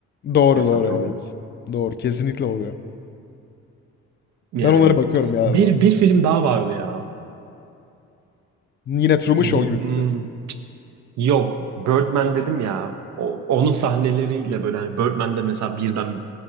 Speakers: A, on the left; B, on the right.
A: Doğru
B: mesaj
A: doğru evet.
B: oluyor
A: Doğru kesinlikle oluyor.
B: yani
A: Ben onlara bakıyorum ya arada.
B: bir bir film daha vardı ya
A: Yine Truman
B: bu,
A: Show gibi
B: hmm,
A: miydi?
B: Yok, Birdman dedim ya. o- onun sahneleriyle böyle hani Birdman'de mesela birden